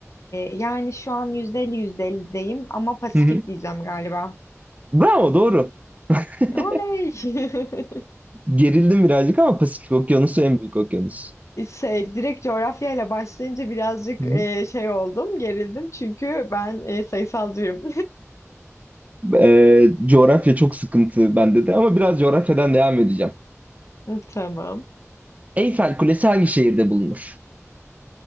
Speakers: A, on the left; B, on the right.
A: yani şu an %50 %50'deyim ama Pasifik
B: Hı hı.
A: diyeceğim galiba.
B: Bravo doğru. <laughs>
A: Oley! <laughs>
B: Gerildim birazcık ama Pasifik Okyanusu en büyük okyanus.
A: Şey, direkt coğrafyayla başlayınca birazcık
B: Hı hı.
A: e, şey oldum, gerildim çünkü ben e, sayısalcıyım.
B: E, coğrafya çok sıkıntı bende de ama biraz coğrafyadan devam edeceğim.
A: <laughs> Hı, Tamam.
B: Eyfel Kulesi hangi şehirde bulunur?